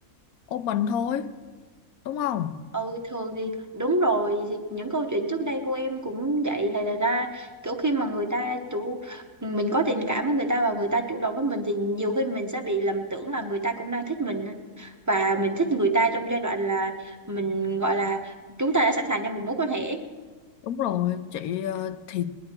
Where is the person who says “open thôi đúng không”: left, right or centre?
Left